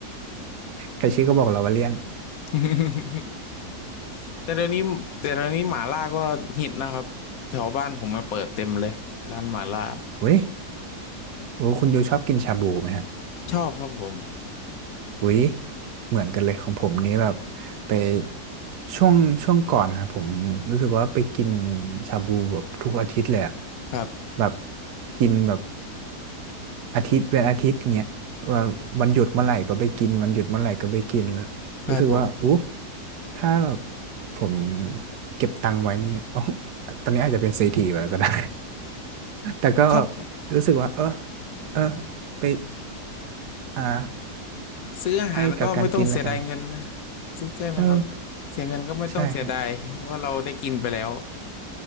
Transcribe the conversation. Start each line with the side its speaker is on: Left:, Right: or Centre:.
Right: ใครชื่อก็บอกเราว่าเลี่ยน
Left: <laughs> แต่เดี๋ยวนี้แต่เดี๋ยวนี้หม่าล่าก็ฮิตนะครับแถวบ้านผมมาเปิดเต็มเลยร้านหม่าล่า
Right: เว้ย โอ้คุณยูชอบกินชาบูไหมฮะ
Left: ชอบครับผม
Right: อุ้ยเหมือนกันเลยของผมนี้แบบไปช่วงช่วงก่อนนะผมรู้สึกว่าไปกินชาบูแบบทุกอาทิตย์เลยอะ
Left: ครับ
Right: แบบกินแบบอาทิตย์เป็นอาทิตย์เงี้ยว่าวันหยุดเมื่อไหร่ก็ไปกินวันหยุดเมื่อไหร่ก็ไปกินแล้วรู้สึกว่าอู้
Left: ครับผม
Right: ถ้าแบบผมเก็บตังค์ไว้นี่ <laughs> โอ้ตอนนี้อาจจะเป็นเศรษฐีไปแล้วก็ได้ <laughs> แต่ก็
Left: <laughs> ชอบ
Right: รู้สึกว่าเออเออไปอ่า
Left: ซื้ออาหารก็ไม่ต้องเสียดายเงินนะ
Right: ให้กับการกินแล้วกัน
Left: ซื้อใช่ไหมครับ
Right: เออ
Left: เสียเงินก็ไม่ต้องเสียดายเพราะว่าเราได้กินไปแล้ว
Right: ใช่ครับ